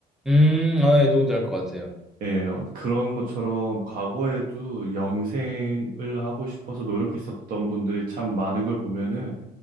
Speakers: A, in the centre; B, on the right.
A: 음, 아, 네, 누군지 알 것 같아요.
B: 예, 어, 그런 것처럼 과거에도 영생을 하고 싶어서 노력했었던 분들이 참 많은 걸 보면은